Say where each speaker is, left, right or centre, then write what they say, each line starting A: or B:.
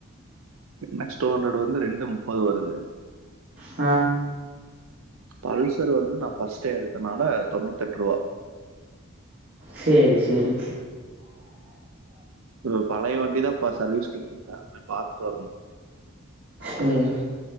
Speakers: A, on the right; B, on the right.
A: என்ன க்ஸ் டூஹண்ரட் வந்து ரெண்டு முப்பது வருது
B: ஆ
A: பல்சர் வந்து நா ஃபஸ்ட்டே எடுத்தனால தொண்ணூத் எட்டு ரூவா
B: சேரி சேரி
A: ம் பழய வண்டி தா பா சர்வீஸ் குடுத்துருக்கே போய் பாத்துட்டு வரணு
B: ம்